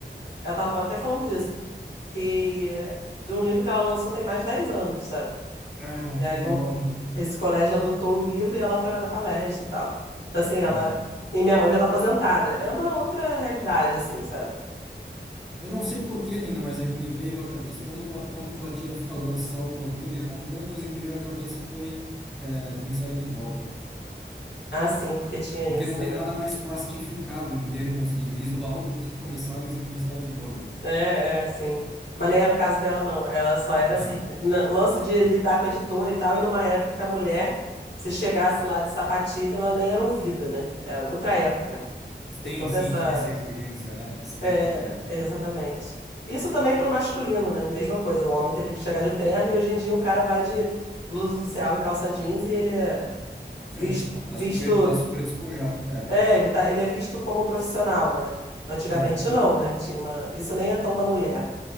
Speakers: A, on the left; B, in the centre.
A: Ela tava falando- até falando disso que de um livro que ela lançou tem mais de 10 anos, sabe?
B: Ah,
A: E aí
B: que da
A: o,
B: hora, hein?
A: esse colégio adotou o livro e ela foi lá dar palestra e tal. Então, assim, ela.
B: Aham.
A: E minha mãe já tá aposentada. É uma outra realidade, assim, sabe?
B: Eu não sei por que, Nina, mas é que me veio à cabeça. Quando tua, quando tua tia <laughs> falou salto agulha, a primeira coisa que me veio à cabeça foi é, comissário de bordo.
A: Ah, sim, porque tinha
B: Porque
A: isso,
B: não tem
A: né?
B: nada mais plastificado em termos de visual do que comissários e comissárias de bordo. né?
A: É, é, sim. Mas nem era o caso dela, não. Ela só era
B: Ah,
A: assim, na- lance de lidar com a editora e tal, e numa época que a mulher, se chegasse lá de sapatilha, ela nem era ouvida, né? É outra época. Tem
B: Sim,
A: toda
B: sim,
A: essa.
B: tinha essa exigência, né? Estética
A: É,
B: aí.
A: exatamente. Isso também para o masculino, né? Mesma coisa, o homem teria que chegar de terno e hoje em dia um cara vai de blusa social e calça jeans e ele é
B: Sim,
A: visto,
B: tá
A: visto,
B: super, tá super despojado. É,
A: é, ele tá, ele é visto como profissional, né? Antigamente
B: é, justo.
A: não, né? Tinha uma, isso nem é tão da mulher.